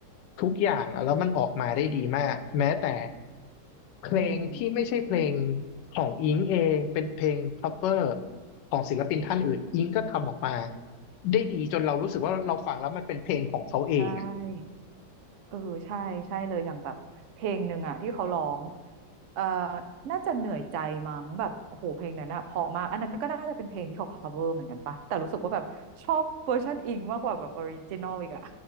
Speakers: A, on the left; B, on the right.
A: ทุกอย่างอะแล้วมันออกมาได้ดีมากแม้แต่เพลงที่ไม่ใช่เพลง
B: อืม
A: ของอิงเองเป็นเพลง cover ของศิลปินท่านอื่นอิงก็ทำออกมาได้ดีจนเรารู้สึกว่าเราฟังแล้วมันเป็นเพลงของเขาเองอะ
B: ใช่เออใช่ใช่เลยอย่างแบบเพลงหนึ่งอะที่เขาร้องเอ่อน่าจะเหนื่อยใจมั้งแบบโอ้โหเพลงนั้นอะเพราะมากอันนั้นก็น่าจะเป็นเพลงที่เขา cover เหมือนกันปะแต่รู้สึกว่าแบบชอบเวอร์ชันอิงมากกว่าแบบออริจินอลอีกอะ